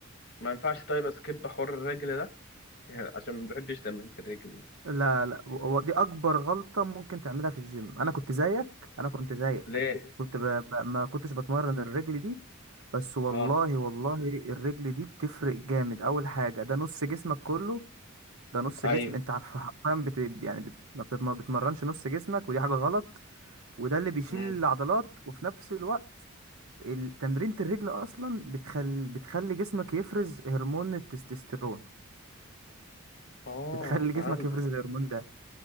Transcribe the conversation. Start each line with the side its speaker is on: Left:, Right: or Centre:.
Left: ما ينفعش طيب اسكيب حوار الرجل ده <laughs> يعني عشان ما بحبش تمرينة الرجل دي
Right: لا لا و- و- دي اكبر غلطة ممكن تعملها في الجيم انا كنت زيك انا كنت زيك
Left: ليه
Right: كنت ب... ب... ما كنتش بتمرن الرجل دي بس والله
Left: اه
Right: والله الرجل دي بتفرق جامد اول حاجة ده نص جسمك كله ده نص
Left: ايوه
Right: جسم انت عارف <laughs> حرفيا بت... يعني بت... ما بتت- ما بتمرنش نص جسمك ودي حاجة غلط وده اللي بيشيل
Left: امم
Right: العضلات وفي نفس الوقت ال- تمرينة الرجل أصلا بتخل... بتخلي جسمك يفرز هرمون التستوستيرون
Left: اه
Right: بتخلي
Left: فهمتك
Right: جسمك يفرز الهرمون ده